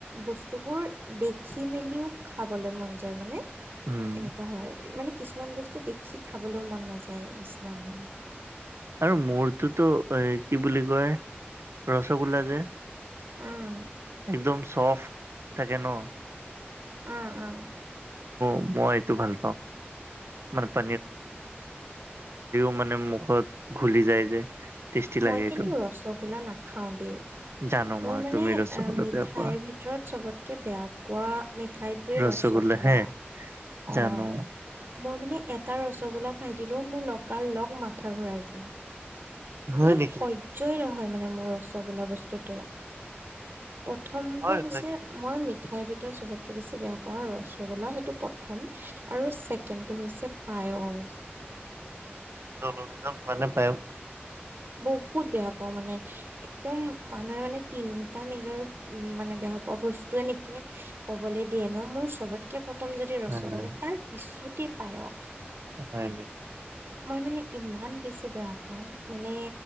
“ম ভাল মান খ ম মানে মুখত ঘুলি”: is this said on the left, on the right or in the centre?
Right